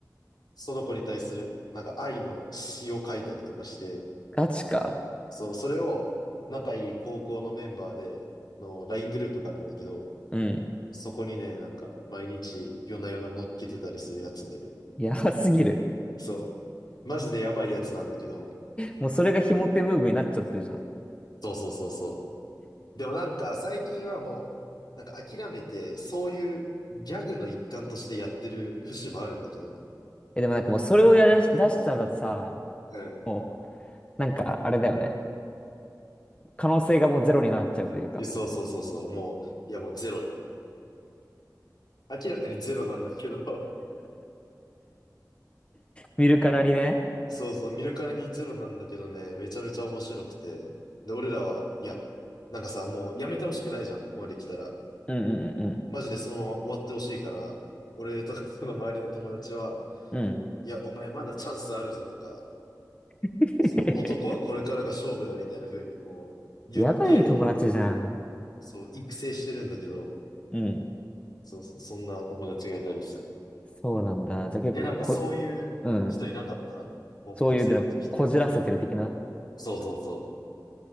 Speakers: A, on the left (about 70°); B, on the left (about 15°).
A: その子に対する、なんか愛の詩を書いたりとかして、
B: ガチか。
A: そう、それを仲いい高校のメンバーでの LINE グループがあるんだけど、
B: うん。
A: そこにね、なんか毎日夜な夜な乗っけてたりするやつがいる。
B: やばすぎる。
A: そう、マジでやばいやつなんだけど、
B: もうそれがモテムーブになっちゃってるじゃん。
A: そうそうそうそう。でもなんか最近はもう、なんか諦めて、そういうギャグの一環としてやってる節もあるんだけど、
B: え、でもなんかもうそれをやらし出したらさ、
A: うん。
B: もう、なんかあれだよね。可能性がもうゼロになっちゃうというか。
A: えそうそうそうそう、もう、いやもうゼロよ。明らかにゼロなんだけど
B: 見るからにね。
A: そうそう、見るからにゼロなんだけどね、めちゃめちゃ面白くて。で、俺らは、いや、なんかさ、もうやめてほしくないじゃん、ここまで来たら。
B: うん、うん、うん、
A: マジでそのまま終わってほしいから、俺とかその周りの友達は、
B: うん。うん
A: いや、お前まだチャンスあるぞとか、
B: <laughs>
A: その男はこれからが勝負だみたいな風にこう言って、
B: やばい友達じゃん。
A: そう、育成してるんだけど、
B: うん。
A: そうそう、そんな友達がいたりする。
B: そうなんだ。じゃあ結構こ、
A: え、なんかそういう人いなかった高校生の時とか。
B: うん。そういうの、こじらせてる的な
A: そうそうそ